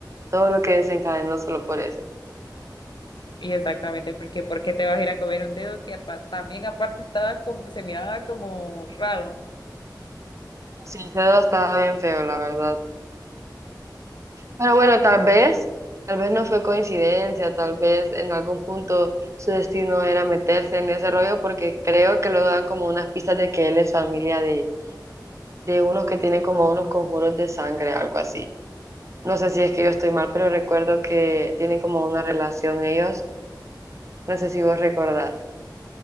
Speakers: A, on the right (about 40°); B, on the left (about 80°).
A: Todo lo que desencadenó solo por eso.
B: Y exactamente, porque ¿por qué te vas a ir a comer un dedo que apa- también aparte estaba como, se miraba como raro?
A: Sí, ese dedo estaba bien feo, la verdad. Pero bueno, tal vez, tal vez no fue coincidencia, tal vez en algún punto su destino era meterse en ese rollo porque creo que luego dan como unas pistas de que él es familia de, de unos que tienen como unos conjuros de sangre, algo así. No sé si es que yo estoy mal, pero recuerdo que tienen como una relación ellos. No sé si vos recordás.